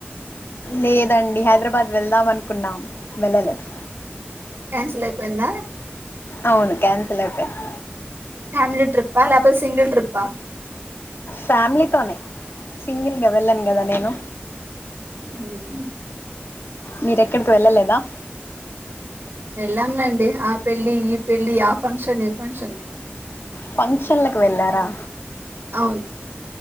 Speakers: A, on the left; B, on the right.
A: లేదండి హైదరాబాద్ వెళ్దాం అనుకున్నాం వెళ్ళలేదు
B: క్యాన్సల్ అయిపోయిందా
A: అవును క్యాన్సిల్ అయిపోయింది
B: ఫ్యామిలీ ట్రిప్పా లేకపోతె సింగిల్ ట్రిప్ప
A: ఫ్యామిలీతోనే సింగిల్గా వెళ్ళను కదా నేను
B: ఉమ్
A: మీరేక్కడికి వెళ్ళలేదా
B: వెళ్ళాంలేండి ఆ పెళ్లిి ఈ పెళ్లిి ఆ ఫంక్షన్ ఈ ఫంక్షన్
A: ఫంక్షన్లకు వెళ్ళారా
B: అవున్